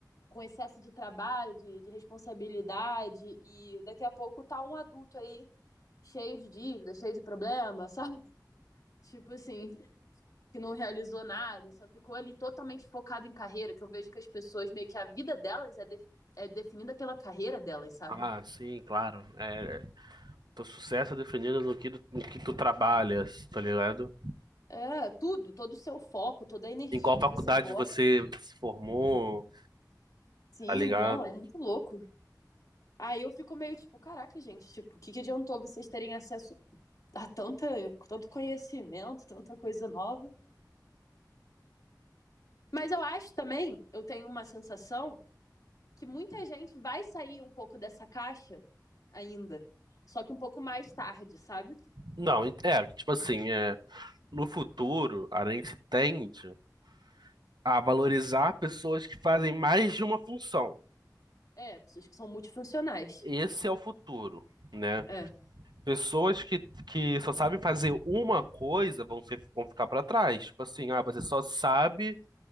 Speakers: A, on the left; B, on the right.
A: com excesso de trabalho, de, de responsabilidade, e daqui a pouco tá um adulto aí cheio de dívida, cheio de problema, sabe? <laughs> Tipo assim, que não realizou nada, só ficou ali totalmente focado em carreira, que eu vejo que as pessoas meio que a vida delas é, de, é definida pela carreira delas, sabe?
B: Ah, sim, claro. É, Teu sucesso é definido no que, no que tu trabalhas, tá ligado?
A: É, tudo, todo o seu foco, toda a energia
B: Em qual
A: que
B: faculdade
A: você bota.
B: você se formou,
A: Sim,
B: tá ligado?
A: não, é muito louco. Aí eu fico meio tipo, caraca, gente, tipo, o que, que adiantou vocês terem acesso a tanta, tanto conhecimento, tanta coisa nova? Mas eu acho também, eu tenho uma sensação que muita gente vai sair um pouco dessa caixa ainda, só que um pouco mais tarde, sabe?
B: Não, é, tipo assim, é, no futuro a gente tende a valorizar pessoas que fazem mais de uma função.
A: É, pessoas que são multifuncionais.
B: Esse é o futuro, né?
A: É,
B: Pessoas que, que só sabem fazer uma coisa vão, ser, vão ficar pra trás. Tipo assim, ah, você só sabe